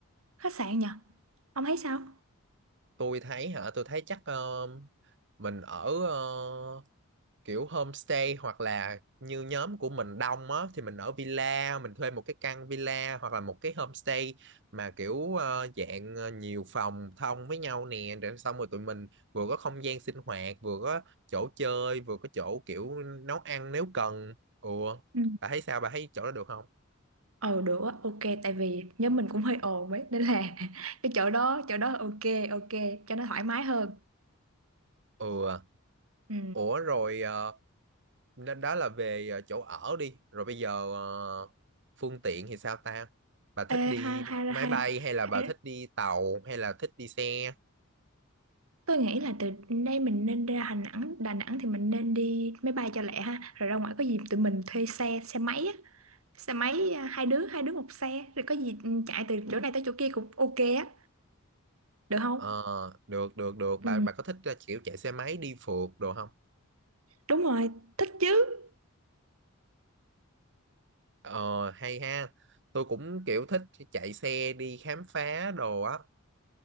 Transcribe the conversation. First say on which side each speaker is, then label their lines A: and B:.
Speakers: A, on the right (about 85°); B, on the right (about 60°).
A: khách sạn nhỉ? Ông thấy sao?
B: tôi thấy hả tôi thấy chắc ờ, mình ở ờ, kiểu homestay hoặc là như nhóm của mình đông á thì mình ở villa mình thuê một cái căn villa hoặc là một cái homestay mà kiểu ờ, dạng ờ, nhiều phòng thông với nhau nè rồi xong rồi tụi mình vừa có không gian sinh hoạt vừa có chỗ chơi vừa có chỗ kiểu nấu ăn nếu cần ừ
A: Ừ.
B: bà thấy sao bà thấy chỗ đó được không
A: Ừ được á, ok tại vì nhóm mình cũng hơi ồn ấy nên là <laughs> cái chỗ đó chỗ đó ok ok cho nó thoải mái hơn.
B: ừ à.
A: Ừ.
B: ủa rồi ờ, nên đó là về ờ, chỗ ở đi rồi bây giờ ờ, phương tiện thì sao ta bà thích
A: Ê,
B: đi
A: hai hai
B: máy
A: hai
B: bay hay là bà
A: hai
B: thích đi tàu hay là thích đi xe
A: tôi nghĩ là từ đây mình nên ra Đà Nẵng, Đà Nẵng thì mình nên đi máy bay cho lẹ ha, rồi ra ngoài có gì tụi mình thuê xe xe máy á, xe máy à, hai đứa hai đứa một xe, rồi có gì ừ, chạy từ chỗ này tới chỗ kia cũng ok á, được không?
B: Ờ, được được được
A: Ừ,
B: bà bà có thích ờ, kiểu chạy xe máy đi phượt đồ không
A: đúng rồi, thích chứ.
B: ờ hay ha tôi cũng kiểu thích chạy xe đi khám phá đồ á